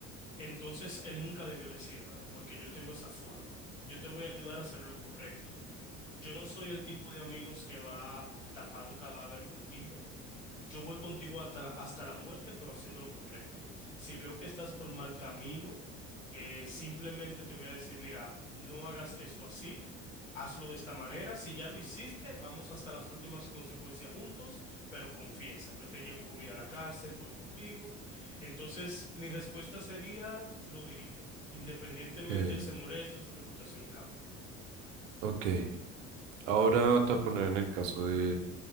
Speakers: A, on the left; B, on the right.
A: entonces él nunca debió decírmelo, porque yo tengo esa forma. Yo te voy a ayudar a hacer lo correcto. Yo no soy el tipo de amigos que va a tapar un cadáver contigo. Yo voy contigo hasta la, hasta la muerte, pero haciendo lo correcto. Si veo que estás por mal camino, eh, simplemente te voy a decir, mira, no hagas eso así, hazlo de esta manera. Si ya lo hiciste, vamos hasta las últimas consecuencias juntos, pero confiesa, yo te llevo comida a la cárcel, voy contigo. Entonces, mi respuesta sería, lo diría, independientemente
B: Okay,
A: él se moleste o su reputación cambie.
B: ok. Ahora te voy a poner en el caso de